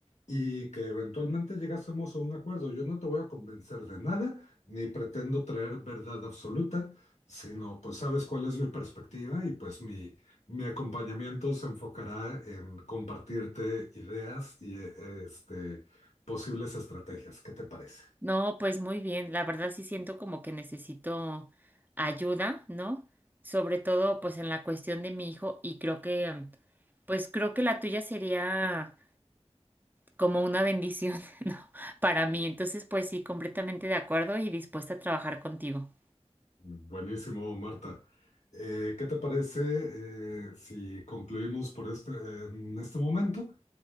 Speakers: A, on the left (about 85°); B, on the right (about 15°).
A: y que eventualmente llegásemos a un acuerdo. Yo no te voy a convencer de nada, ni pretendo traer verdad absoluta, sino pues sabes cuál es mi perspectiva y pues mi, mi acompañamiento se enfocará en compartirte ideas y eh, este, posibles estrategias. ¿Qué te parece?
B: No, pues muy bien, la verdad sí siento como que necesito ayuda, ¿no? Sobre todo pues en la cuestión de mi hijo y creo que, mm, pues creo que la tuya sería como una bendición, <laughs> ¿no? Para mí, entonces pues sí, completamente de acuerdo y dispuesta a trabajar contigo.
A: Buenísimo, Marta. Eh, ¿qué te parece eh, si concluimos por este, en este momento?